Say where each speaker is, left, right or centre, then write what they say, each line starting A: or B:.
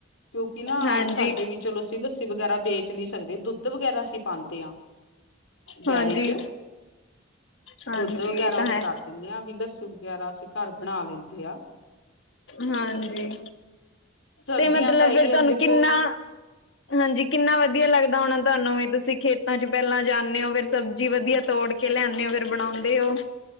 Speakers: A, on the left; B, on the left.
A: ਕਿਉਂਕਿ ਨਾ
B: ਹਾਂਜੀ
A: ਸਾਡੇ ਵੀ ਚਲੋ ਅਸੀ ਲੱਸੀ ਵਗੈਰਾ ਵੇਚ ਨੀ ਸਕਦੇ, ਦੁੱਧ ਵਗੈਰਾ ਅਸੀ ਪਾਂਦੇ ਆਂ।
B: ਹਾਂਜੀ,
A: ਡੈਅਰੀ ਚ',
B: ਹਾਂਜੀ
A: ਦੁੱਧ ਵਗੈਰਾ
B: ਇਹ ਤਾਂ
A: ਓਹ
B: ਹੈ
A: ਕਰ ਦਿੰਨੇ ਆਂ ਵੀ ਲੱਸ ਵਗੈਰਾ ਅਸੀ ਘਰ ਬਣਾ ਲੈਂਦੇ ਆ।
B: ਹਾਂਜੀ।
A: ਸਬਜ਼ੀਆਂ
B: ਤੇ ਮਤਲਬ
A: ਤਾਂ ਇਹੀ
B: ਫੇਰ
A: ਆ
B: ਤੁਹਾਨੂੰ
A: ਵੀ ਦੇਖੋ
B: ਕਿੰਨਾ, ਹਾਂਜੀ ਕਿੰਨਾ ਵਧੀਆ ਲੱਗ ਦਾ ਹੋਣਾ ਤੁਹਾਨੂੰ ਵੀ, ਤੁਸੀ ਖੇਤਾਂ ਚ' ਪਹਿਲਾਂ ਜਾਂਦੇ ਓ, ਫੇਰ ਸਬਜ਼ੀ ਵਧੀਆ ਤੋੜ ਕੇ ਲਿਆਂਦੇ ਓ ਫੇਰ ਬਣਾਉਂਦੇ ਓ।